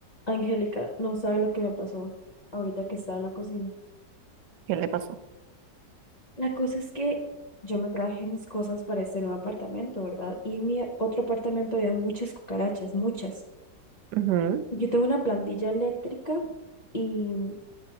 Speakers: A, on the left; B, on the right.
A: Angélica, no sabe lo que me pasó ahorita que estaba en la cocina.
B: ¿Qué le pasó?
A: La cosa es que yo me traje mis cosas para este nuevo apartamento, ¿verdad? Y en mi otro apartamento había muchas cucarachas, muchas.
B: Ujú.
A: Y Yo tengo una plantilla eléctrica y